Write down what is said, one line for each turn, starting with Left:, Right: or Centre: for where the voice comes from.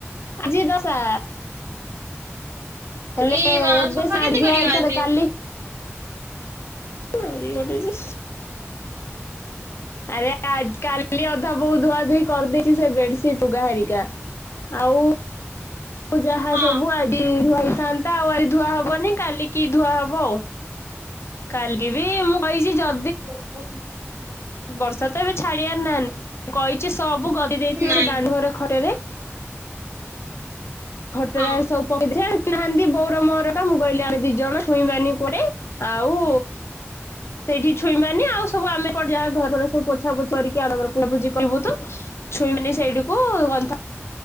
Left: ଆଜି ଦ ଶା। ହେଲେ
Right: ଏ ମା
Left: ଏବେ
Right: ସଫା
Left: ସାଢି
Right: କେମିତି
Left: ଧୁଆ
Right: କରିବ
Left: ହେଇଥିଲେ
Right: ଆଜି
Left: କାଲି ହଁ ଗୋଟେ ଯେ ଆରେ କାଲି ଅଧା ବୋଉ ଧୁଆ ଧୁଇ କରିଦେଇଛି ସେ ବେଡସିଟ ଲୁଗାହାରିକା। ଆଉ ଯାହା
Right: ହଁ।
Left: ସବୁ ଆଜି ଧୁଆହୋଇଥାନ୍ତା ଆଉ ଆଜି ଧୁଆ ହବନି କାଲିକିି ଧୁଆ ହବ ଆଉ। କାଲି ବି ମୁଁ କହିଛି ଯ
Right: ଓହୋ।
Left: ବର୍ଷା ତ ଏବେ ଛାଡିବାର ନା ନାହିଁ କହିଛି ସବୁ ଗଦେଇ ଦେଇଥିବ
Right: ନାଇଁ
Left: ସେ ଦାଣ୍ଡ ଘରେ ଖରାରେ। ଖଟ
Right: ହଁ
Left: ଟାରେ ସବୁ ପକେ ଅଜା ନାହାନ୍ତି ବୋଉ ମୋର ତ ମୁଁ କହିଲି ଆଣେ ଦି ଜଣ ଛୁଇଁବାନି କୁଆଡେ। ଆଉ ସେଇଠି ଛୁଇଁବାନି ଆଉ ସବୁ ଆମେ ଏପଟେ ଯାହା ଘର ଫର ସବୁ ପୋଛା ପୋଛି କରିକି ଆମର ପୁଜା ପୁଜି କରିବୁ ତ। ଛୁଇଁବିନି ସେଇଠିକୁ ଗନ୍ତା